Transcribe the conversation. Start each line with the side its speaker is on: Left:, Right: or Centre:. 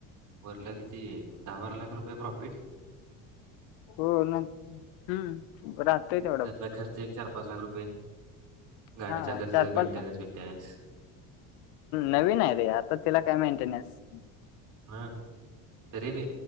Right: वरला किती दहा बारा लाख रुपये प्रॉफिट.
Left: हो ना. हम् राहते त्यात.
Right: त्यातला खर्च एक चार, पाच लाख रुपये गाडीचा
Left: हा
Right: खर्च
Left: चार पाच
Right: मेंटेनन्स, मेंटेनन्स
Left: नवीन आहे रे आता तिला काय मेंटेनन्स
Right: हा तरी भ